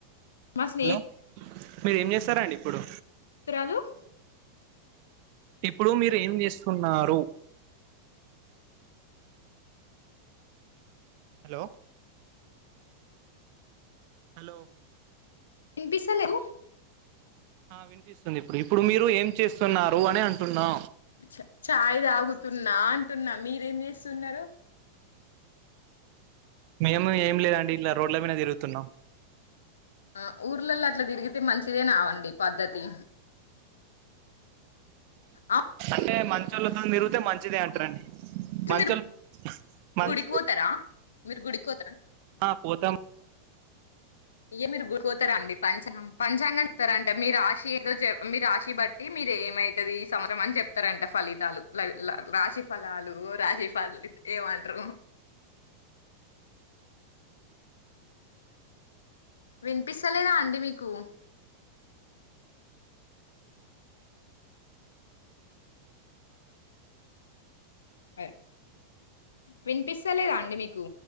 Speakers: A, on the left; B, on the right.
A: మా స్నేహి
B: హలో మీరు ఏం చేస్తారారండి ఇప్పుడు
A: ఇరలు
B: ఇప్పుడు మీరు ఏం చేస్తున్నారు. హలో హలో
A: వినిపిస్తలేవు
B: ఆ వినిపిస్తుంది ఇప్పుడు ఇప్పుడు మీరు ఏం చేస్తున్నారు అని అంటున్నా
A: చ ఛాయ్ తాగుతున్నా అంటున్నా మీరేం చేస్తున్నారు
B: మేము ఏం లేదండి ఇట్లా రోడ్ల మీద తిరుగుతున్నాం.
A: ఆ ఊర్లలో అట్లా తిరిగితే మంచిదేనే అండి పద్ధతి ఆ
B: అంటే మంచి వాళ్ళతో తిరిగితే మంచిదే అంటారండి.
A: ఈరోజు
B: మంచం
A: మీరు
B: మంచ
A: గుడికి పోతారా మీరు గుడికి పోతారా
B: ఆ పోతం
A: అయ మీరు గుర్ పోతారంండి పంచాంగం పంచాంగం చెప్తారంట మీరు రాశి ఏదో మీరు రాశి బట్టి మీరు ఏమైతుది ఈ సంవత్సరం అని చెప్తారంట ఫలితాలు రాశి ఫలాలు రాశి ఫ ఎమంటారు వినిపిస్తలేదా అండి మీకు ఆ వినిపిస్తలేదా అండి మీకు